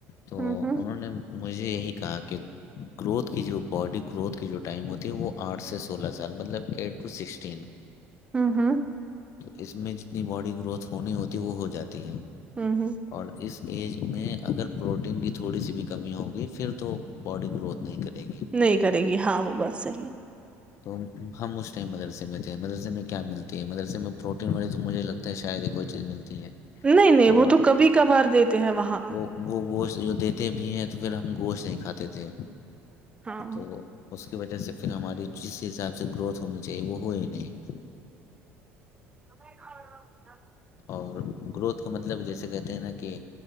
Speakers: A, on the left (about 60°); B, on the right (about 20°).
A: تو
B: ہوں ہوں
A: انہوں نے مجھے یہی کہا کہ گروتھ کی جو باڈی گروتھ کی جو ٹائم ہوتی ہے وہ آٹھ سے سولہ سال مطلب ایٹ سسٹ
B: ہوں ہوں
A: تو اس میں جتنی باڈی گروتھ ہونی ہوتی وہ ہو جاتی ہے
B: ہوں ہوں
A: اور اس ایج میں اگر پروٹین کی تھوڑی سی بھی کمی ہوگی پھر تو باڈی گروتھ نہیں کرے گی
B: نہیں کرے گی ہاں وہ بس صحیح
A: تو ہم اس ٹائم مدرسے میں تھے مدرسے میں کیا ملتی ہے مدرسے میں پروٹین والی تو مجھے لگتا ہے شاید ہی کوئی چیز ملتی ہے
B: نہیں نہیں
A: اور
B: وہ تو کبھی کبھار دیتے ہیں وہاں
A: وہ وہ گوشت جو دیتے بھی ہیں تو پھر ہم گوشت نہیں کھاتے تھے
B: ہاں
A: تو اس کی وجہ سے پھر ہماری جس حساب سے گروتھ ہونی چاہیے وہ ہو ہی نہیں
B: <unintelligible>
A: اور گروتھ کا مطلب جیسے کہتے ہیں نا کہ